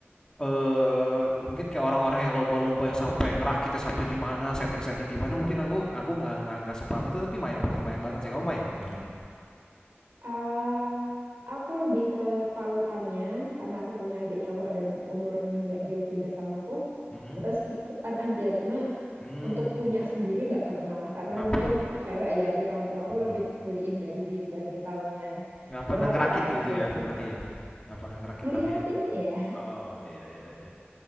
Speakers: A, on the left (about 15°); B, on the right (about 60°).
A: eee, mungkin kayak orang-orang yang lomba-lomba yang sampai ngerakitnya sampai gimana, setting-setting gimana, mungkin aku aku nggak nggak nggak sepaham itu, tapi main ba main banget sih. Kamu main Tamiya?
B: Ah, Aku lebih ke tahu Tamiya karena aku punya adik cowok dan umurnya nggak jauh beda sama aku.
A: Mhm,
B: Terus ikutan aja, cuma
A: mmm,
B: untuk punya sendiri nggak pernah karena
A: nggak
B: mungkin
A: pernah
B: aku cewek ya, ada orang tua aku
A: betul,
B: lebih beliin Barbie dibanding Tamiya.
A: nggak pernah
B: Cuma aku
A: ngerakit
B: tahu
A: gitu
B: sih,
A: ya
B: emang.
A: berarti ya? Nggak pernah ngerakit
B: ngeliatin
A: Tamiya?
B: ya.
A: Oh, iya iya iya.